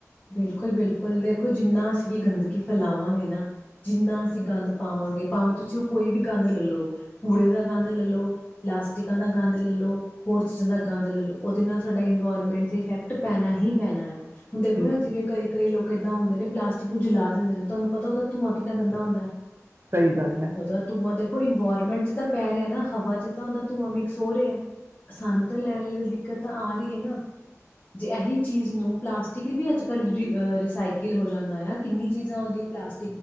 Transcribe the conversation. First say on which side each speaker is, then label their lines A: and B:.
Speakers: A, on the left; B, on the right.
A: ਬਿਲਕੁਲ-ਬਿਲਕੁਲ ਦੇਖੋ ਜਿੰਨਾ ਅਸੀਂ ਗੰਦਗੀ ਫੈਲਾਵਾਂਗੇ ਨਾ ਜਿੰਨਾ ਅਸੀਂ ਗੰਦ ਪਾਵਾਂਗੇ ਭਾਵੇਂ ਤੁਸੀਂ ਓ ਕੋਈ ਵੀ ਗੰਧ ਲਲੋ ਕੂੜੇ ਦਾ ਗੰਧ ਲਲੋ ਪਲਾਸਟਿਕਾਂ ਦਾ ਗੰਦ ਲੈ ਲਓ ਹੋਰ ਚੀਜ਼ਾਂ ਦਾ ਗੰਦ ਲੈ ਲਓ ਉਹਦੇ ਨਾਲ ਸਾਡਾ ਇਨਵਾਇਰਮੈਂਟ ਦਾ ਇਫੈਕਟ ਪੈਣਾ ਹੀ ਪੈਣਾ ਆ- ਹੁਣ
B: ਵੀ
A: ਜਿਵੇਂ ਕਈ ਕਈ ਲੋਕ ਕਿੱਦਾਂ ਹੁੰਦੇ ਨੇ ਪਲਾਸਟਿਕ ਨੂੰ ਜਲਾ ਦਿੰਦੇ ਨੇ ਤੁਹਾਨੂੰ ਪਤਾ ਉਹਦਾ ਧੂੰਆਂ ਕਿੰਨਾ ਗੰਦਾ ਹੁੰਦਾ।
B: ਸਹੀ ਗੱਲ ਹੈ
A: ਉਹਦਾ ਧੂੰਆਂ ਤੇ ਕੋਈ ਵਾਇਰਮੈਂਟ ਤਾਂ ਪੈ ਰਿਹਾ ਨਾ ਹਵਾ ਚ ਤਾਂ ਹੁੰਦਾ ਤੂੰਆਂ ਸੋਰਿਆ ਸਾਨੂੰ ਤਾਂ ਲੈ ਲੈ ਤਾਂ ਆ ਰਹੀ ਹੈ ਨਾ ਜੇ ਇਹੀ ਚੀਜ਼ ਨੂੰ ਪਸਟ ਟਿਕ ਵੀ ਅੱਜ ਕੱਲ੍ਹ ਰੀ ਅ ਰੀਸਾਈਕਲ ਹੋ ਜਾਂਦਾ ਆ ਕਿੰਨੀ ਚੀਜ਼ਾਂ ਆਉਂਦੀਆਂ ਪਲਾਸ